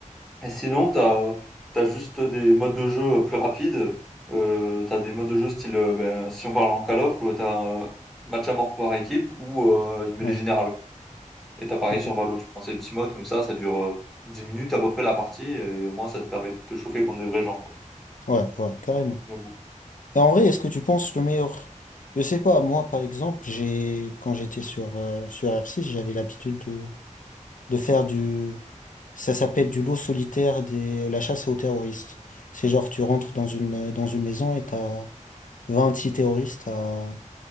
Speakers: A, in the centre; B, on the left.
A: et sinon, t'as, t'as juste des modes de jeu plus rapides. Euh, t'as des modes de jeu style, euh, ben, si on parle en Call of, euh, t'as un match à mort par équipe ou euh, une mêlée
B: ouais,
A: générale. Et t'as pareil
B: ok,
A: sur Valo, tu prends ces petits modes comme ça, ça dure euh, 10 minutes à peu près la partie, et au moins ça te permet de te chauffer contre des vrais gens, quoi.
B: ouais, ouais, carrément.
A: Mais bon.
B: Et en vrai, est-ce que tu penses le meilleur? Je sais pas, moi par exemple, j'ai quand j'étais sur, euh, sur R6, j'avais l'habitude de, de faire du. Ça s'appelle du lot solitaire des la chasse aux terroristes. C'est genre tu rentres dans une dans une maison et t'as 26 terroristes à,